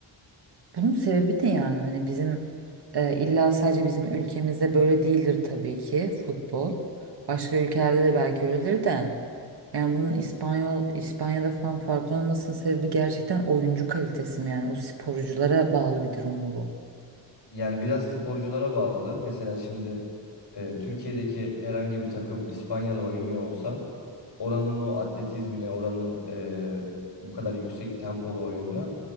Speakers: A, on the right; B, on the left.
A: Bunun sebebi ne yani? Hani bizim e, illa sadece bizim ülkemizde böyle değildir tabii ki futbol. Başka ülkelerde de belki öyledir de. Yani bunun İspanyol İspanya'da falan farklı olmasının sebebi gerçekten oyuncu kalitesi mi yani? O sporculara bağlı bir durum mu bu?
B: Yani biraz sporculara bağlı. Mesela şimdi e, Türkiye'deki herhangi bir takım İspanya'da oynuyor olsa oranın o atletizmine, oranın e, bu kadar yüksek tempolu oyununa